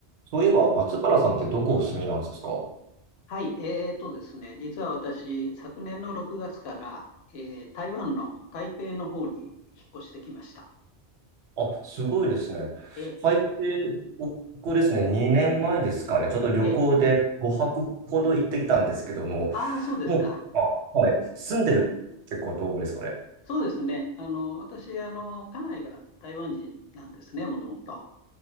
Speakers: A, on the right; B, on the left.
A: そういえば、松原さんってどこお住みなんですか
B: はい、えーとですね、実は私、昨年の6月から、えー台湾の台北の方に引っ越してきました。
A: あ、すごいですね。
B: え
A: 台北、僕ですね、2年前ですかね、ちょっと旅行で5泊ほど行ってきたんですけども、
B: えええああー、そうですか。
A: もう、あ、はい、住んでるってことですかね。
B: そうですね。あの、私、あの、家内が台湾人なんですね、もともと。